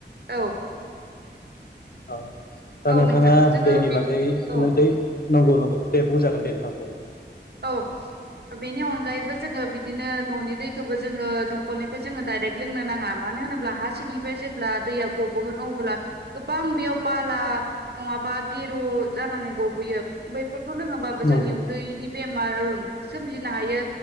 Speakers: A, on the right; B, on the left.
A: औ।
B: औ दा
A: औ
B: नोंथाङा
A: नोंथां जोङो
B: दैनि
A: बि
B: बागै
A: औ
B: नों दै नंगौ नंगौ। दे बुं जागोन दे नोंथां बुं।
A: औ बेनि अनगायैबो जोङो बिदिनो न'नि दैखौबो जोङो दंखलनिफ्राय जोङो डाइरेक्ट लोंनो नाङा मानो -' मानो होनोब्ला हा सिंनिफ्राय जेब्ला दैया गबोगोन अब्ला गोबां बेयाव बाला नङाबा गेरु जानानै गबोयो बैफोरखौ लोङोबाबो
B: नंगौ
A: जोंनि उदैनि बेमार सोमजिनो हायो